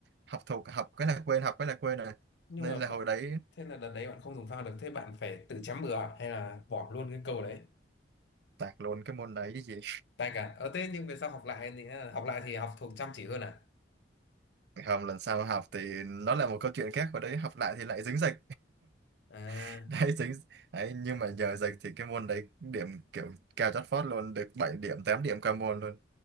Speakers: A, on the right; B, on the left.
A: học thuộc học cái là quên học cái là quên rồi
B: nhưng
A: nên
B: mà bạn
A: là hồi đấy
B: thế là đợt đấy bạn không dùng phao được thế bạn phải tự chấm bừa à? hay là bỏ luôn cái câu đấy
A: tạc luôn cái môn đấy chứ gì
B: tay cả ở thế nhưng về sau học lại thì ờ, học lại thì học thuộc chăm chỉ hơn à
A: không lần sau học thì nó là một câu chuyện khác hồi đấy học lại thì lại dính dịch
B: à
A: <laughs> đấy dính đấy nhưng mà giờ dịch thì cái môn đấy điểm kiểu cao chót vót luôn được 7 điểm 8 điểm qua môn luôn